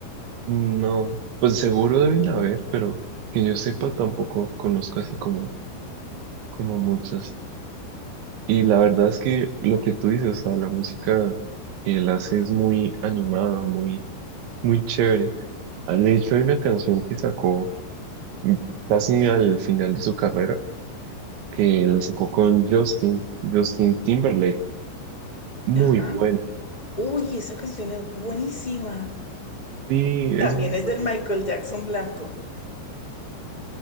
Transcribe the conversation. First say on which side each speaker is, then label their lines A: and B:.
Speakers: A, on the right; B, on the left.
A: No, pues seguro deben haber, pero que yo sepa tampoco conozco así como, como muchas. Y la verdad es que lo que tú dices, o sea, la música que él hace es muy animada, muy, muy chévere. Ah, De hecho, hay una canción que sacó mm, casi al final de su carrera, que la sacó con Justin, Justin Timberlake. Muy
B: Ajá.
A: buena.
B: Uy, esa canción es buenísima.
A: Sí, es
B: También
A: muy
B: es
A: bonita.
B: del Michael Jackson blanco.